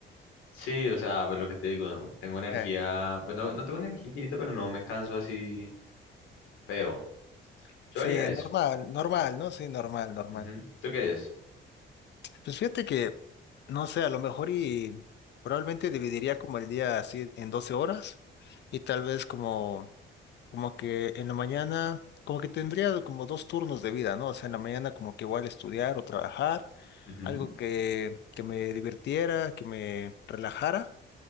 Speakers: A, on the left; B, on the left.
A: Sí, o sea, pues lo que te digo, ¿no? Tengo energía,
B: Eh,
A: bueno, no no tengo energía infinita, pero no me canso así feo. Yo
B: sí,
A: haría eso.
B: normal, normal, ¿no? Sí, normal, normal.
A: Ujú. ¿Tú qué harías?
B: Pues fíjate que, no sé, a lo mejor y probablemente dividiría como el día así en 12 horas y tal vez como, como que en la mañana, como que tendría como dos turnos de vida, ¿no? O sea, en la mañana como que igual estudiar o trabajar,
A: Ujú.
B: algo que, que me divirtiera, que me relajara